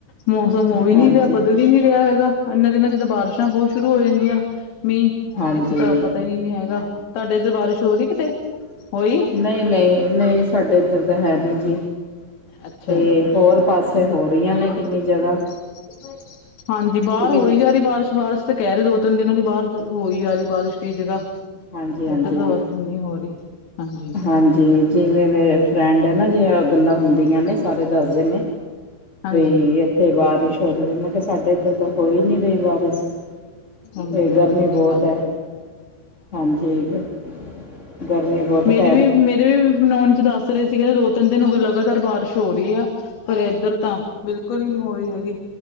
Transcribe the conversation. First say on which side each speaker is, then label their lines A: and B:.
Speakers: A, on the left; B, on the left.
A: ਮੌਸਮ ਹੋਈ
B: ਹਾਂਜੀ
A: ਨੀ ਰੇਹਾ ਬਦ <unintelligible> ਰੇਹਾ ਹੈਗਾ, ਏਹਨੇ ਦਿਨਾਂ 'ਚ ਬਾਰਿਸ਼ਾਂ ਬਹੁਤ ਸ਼ੁਰੂ ਹੋ ਜਾਂਦੀਆਂ, ਮੀਂਹ <unintelligible>
B: ਹਾਂਜੀ
A: ਇੱਥੇ ਤੇ ਪਤਾ ਹੀ ਨੀ-ਨੀ ਹੈਗਾ, ਤੁਹਾਡੇ ਇਧਰ ਬਾਰਿਸ਼ ਹੋ ਰਹੀ ਕਿਤੇ?
B: <inaudible>
A: ਹੋਈ
B: ਨਹੀਂ-ਨਹੀਂ-ਨਹੀਂ, ਸਾਡੇ ਇੱਦਰ ਤੇ ਹੈ ਨੀ ਜੀ।
A: ਅੱਛਾ
B: ਤੇ
A: ਜੀ
B: ਹੋਰ ਪਾਸੇ ਹੋ ਰਹੀਆਂ ਨੇ ਕਿੰਨੀ ਜਗ੍ਹਾ।
A: <inaudible> ਹਾਂਜੀ, ਬਾਹਰ
B: ਕਿਉਂਕਿ
A: ਹੋਈ
B: ਜ
A: ਜਾ ਰਹੀ ਬਾਰਿਸ਼ ਬਾਰ ਕਹਿ ਰਹੇ ਦੋ-ਤਿੰਨ ਦਿਨਾਂ ਦੀ ਬਾਹਰ ਹੋਈ ਆ ਰਹੀ ਬਾਰਿਸ਼ ਕਈ ਜਗ੍ਹਾ,
B: ਹਾਂਜੀ ਹਾਂਜੀ
A: ਏਧਰ ਤੇ ਬਸ ਨਹੀਂ ਹੋ ਰਹੀ? ਹਾਂਜੀ।
B: ਹਾਂਜੀ, ਜਿਵੇਂ ਮੇਰੇ ਫਰੈਂਡ ਹੈ ਨਾ ਜਿਵੇ ਗੱਲਾਂ ਹੁੰਦੀਆਂ ਨੇ ਸਾਰੇ ਦੱਸਦੇ ਨੇ
A: ਹਾਂਜੀ
B: ਬਈ, ਏਥੇ ਬਾਰਿਸ਼ ਹੋ ਰਹੀ ਐ, ਮੈਂ ਕੇਹਾ ਸਾਡੇ ਇੱਦਰ ਤੇ ਹੋਈ ਨੀ ਰਹੀ ਬਾਰਿਸ। <inaudible>
A: ਹਾਂਜੀ
B: ਤੇ
A: ਹਾਂਜੀ
B: ਗਰਮੀ
A: ਸਹੀ
B: ਬਹੁਤ
A: ਗੱਲ
B: ਐ। <inaudible> ਹਾਂਜੀ, ਗ <inaudible> ਗਰਮੀ ਬਹੁਤ ਪੇਂ
A: ਮੇਰੇ ਵੀ -ਮੇਰੇ ਵੀ ਨੋਓਨ 'ਚ ਦੱਸ ਰਹੇ ਸੀਗੇ ਦੋ- ਤਿੰਨ ਦਿਨ ਹੋ ਗਏ ਲਗਾਤਾਰ ਬਾਰਿਸ਼ ਹੋ ਰਹੀ ਐ। ਪਰ ਏਦਰ ਤਾਂ ਬਿਲਕੁਲ ਹੀ- ਨੀ ਹੋ ਰਹੀ ਹੈਗੀ।